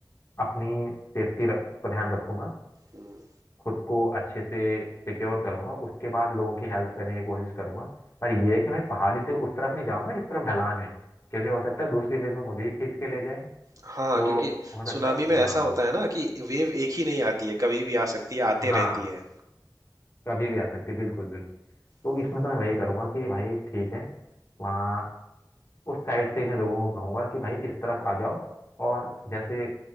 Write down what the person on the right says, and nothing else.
हम्म,
हाँ
क्योंकि
सुनामी
में ऐसा
होता है ना कि वेव एक ही नहीं आती है कभी भी आ सकती है आते
रहती है
हम्म,